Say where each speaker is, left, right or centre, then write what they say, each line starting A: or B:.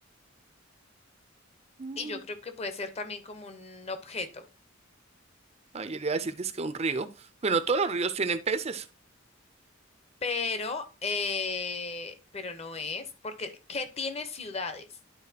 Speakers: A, on the right (about 30°); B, on the left (about 30°).
A: Mm.
B: Y yo creo que puede ser también como un objeto,
A: Ay, yo le iba a decir que es que un río. Bueno, todos los ríos tienen peces.
B: pero, eh, pero no es, porque ¿qué tiene ciudades?